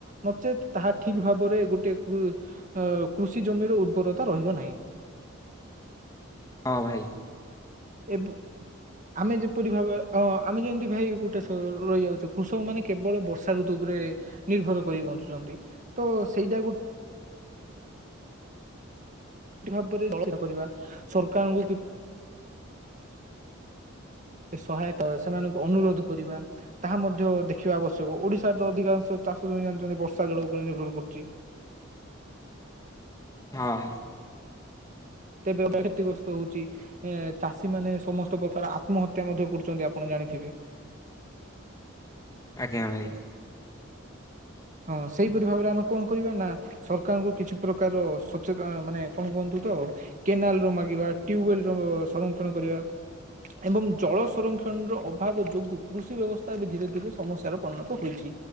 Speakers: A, on the right; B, on the left.
A: ନଚେତ୍ ତାହା ଠିକ ଭାବରେ ଗୋଟେ ଉ କୃଷି ଜମିର ଉ ଦୁରତା ରହିବ ନାହିଁ।
B: ହଁ ଭାଇ।
A: ଏବେ ଆମେ ଯେପରି ଭାବ ଅ ଆମେ ଯେମିତି ଭାଇ ଗୋଟେ ରହିଯାଉଚେ କୃଷକ ମାନେ କେବଳ ବର୍ଷା ଋତୁ ଉପରେ ଏ ନିର୍ଭର କରି ବଞ୍ଚୁଛନ୍ତି ତ ସେଇଟା କୁ ଭାବରେ କରିବା ସରକାରଙ୍କୁ କି ସହାୟତା ସେମାନଙ୍କୁ ଅନୁରୋଧ କରିବା ତାହା ମଧ୍ୟ ଦେଖିବା ଆବଶ୍ୟକ ଓଡିଶାରେ ତ ଅଧିକାଂଶ‌ ଚାଷ ଜମି ଜାଣିଚନ୍ତି ବର୍ଷା ଜଳ ଉପରେ ନିର୍ଭର କରୁଚି।
B: ହଁ।
A: ତେବେ ଏ କ୍ଷତିଗ୍ରସ୍ତ ହଉଚି, ଏ ଚାଷୀ ମାନେ ସମସ୍ତ ପ୍ରକାର ଆତ୍ମହତ୍ୟା ମଧ୍ୟ କରୁଚନ୍ତି ଆପଣ ଜା ଜାଣିଥିବେ‌‌।
B: ଆଜ୍ଞା ଭାଇ।
A: ହଁ ସେଇପରି ଭାବରେ ଆମେ କଣ କରିବା ନା ସରକାରଙ୍କୁ କିଛି ପ୍ରକାର ସଚେତନ ମାନେ କଣ କୁହନ୍ତୁ କେନାଲ ର ମାଗିବା ଟ୍ୟୁବଲ ର ସଂରକ୍ଷଣ କରିବା‌। ଏବଂ ଜଳ ସଂରକ୍ଷଣର ଅଭାବ ଯୋଗୁଁ କୃଷି ବ୍ୟବସ୍ଥା ଏବେ ଧୀରେ ଧୀରେ ସମସ୍ୟାର ପରିଣତ ହୋଇଚି।